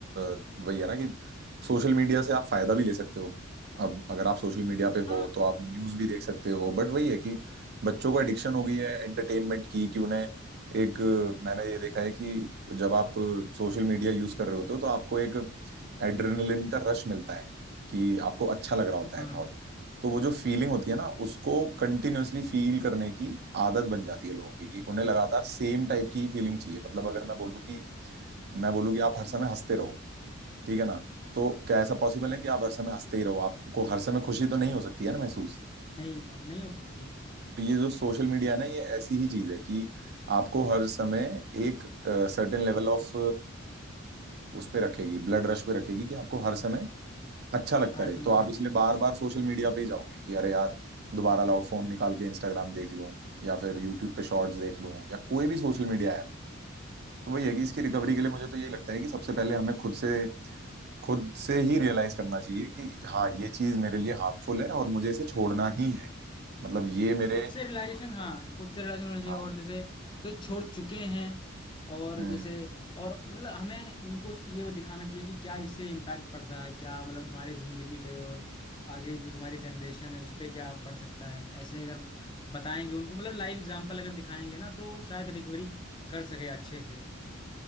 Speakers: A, on the right (about 50°); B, on the left (about 25°).
A: अ, वही है ना कि सोशल मीडिया से आप फायदा भी ले सकते हो अब अगर आप सोशल मीडिया पे
B: हाँ
A: हो
B: <laughs>
A: तो आप न्यूज भी देख सकते हो बट वही है कि बच्चों को एडिक्शन हो गई है एंटरटेनमेंट की कि उन्हें एक अ, मैंने ये देखा है कि जब आप सोशल मीडिया यूज कर रहे होते हो तो आपको एक एड्रेनलिन का रश मिलता है कि आपको अच्छा लग रहा होता
B: हाँ
A: है बहुत तो वो जो फीलिंग होती है ना उसको कंटिन्यूअसली फील करने की आदत बन जाती है लोगों की कि उन्हें लगातार सेम टाइप की ही फीलिंग चाहिए मतलब अगर मैं बोलूँ कि मैं बोलूँ कि आप हर समय हंसते रहो ठीक है ना तो क्या ऐसा पॉसिबल है कि आप हर समय हंसते ही रहो आपको हर समय खुशी तो नहीं हो सकती है ना महसूस
B: नहीं नहीं हो सकती ऑब्वियस
A: तो ये जो सोशल मीडिया है ना ये ऐसी ही चीज है कि आपको हर समय एक सर्टेन लेवल ऑफ उस पे रखेगी ब्लड रश पे रखेगी कि आपको हर समय अच्छा लगता
B: हर
A: रहे
B: समय
A: तो आप
B: हाँ।
A: इसलिए बार बार सोशल मीडिया पे ही जाओगे कि अरे यार दोबारा लाओ फोन निकाल के इंस्टाग्राम देख लूं या फिर यूट्यूब पे शॉर्ट्स देख लूं या कोई भी सोशल मीडिया ऐप तो वही है कि इसकी रिकवरी के लिए मुझे तो ये लगता है कि सबसे पहले हमें खुद से खुद से ही रियलाइज करना चाहिए कि हाँ ये चीज मेरे लिए हार्मफुल है और मुझे इसे छोड़ना ही है मतलब ये मेरे
B: खुद से रियलाइजेशन हाँ खुद से रियलाइजेशन होना चाहिए
A: हाँ
B: और जैसे जो छोड़ चुके हैं और
A: हम्म
B: जैसे और मतलब हमें उनको ये दिखाना चाहिए कि क्या इससे इम्पैक्ट पड़ता है क्या मतलब तुम्हारी ज़िंदगी पे और आगे जो तुम्हारी जनरेशन है उस पे क्या पड़ सकता है ऐसे अगर बताएंगे उनको मतलब लाइव एग्जांपल अगर दिखाएंगे ना तो शायद रिकवरी कर सके अच्छे से अ,